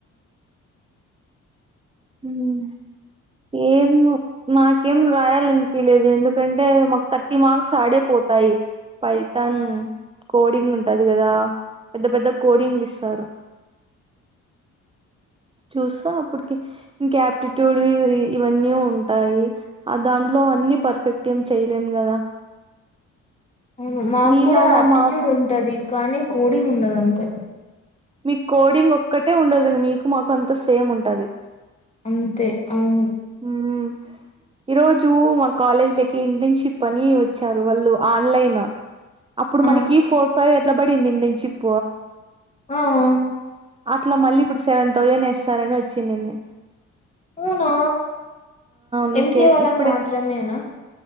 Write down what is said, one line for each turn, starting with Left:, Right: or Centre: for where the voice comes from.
Right: ఉమ్ ఏమో, నాకేం రాయాలనిపియలేదు. ఎందుకంటే మాకు థర్టీ మార్క్స్ ఆడే పోతాయి. పైతన్ కోడింగ్ ఉంటది కదా? పెద్ద పెద్ద కోడింగ్లు ఇస్తారు. చూస్సా అప్పుడుకి కి ఇంక ఆప్టిట్యూడ్ యూ ఈ ఇవన్నీ ఉంటాయి ఆ దాంట్లో అన్నీ పర్ఫెక్ట్ ఏ చెయ్యలేం కదా
Left: అవును మాకు
Right: మీలాగా
Left: కూడా ఆప్టిట్యూడ్
Right: మాకు
Left: ఉంటది కానీ కోడింగ్ ఉండదు అంతే
Right: మీకు కోడింగ్ ఒక్కటే ఉండదు మీకు మాకు అంతా సేమ్ ఉంటది
Left: అంతే అవును
Right: ఊ ఈరోజు మా కాలేజ్ లకి ఇంటర్న్షిప్ అని వచ్చారు వాళ్ళు ఆన్లైన్ అప్పుడు
Left: ఆ
Right: మనకి ఫోర్ ఫైవ్ ట్ల బడింది ఇంటర్న్షిప్
Left: ఆ ఆ
Right: అట్లా మళ్ళీ ఇప్పుడు సెవెన్ థౌజండ్ ఏస్తారని వచ్చినింది
Left: అవునా
Right: నేను
Left: ఎం
Right: చేసి
Left: సీ ఏ వాళ్ళకు
Right: ఇప్పుడే
Left: మాత్రమేనా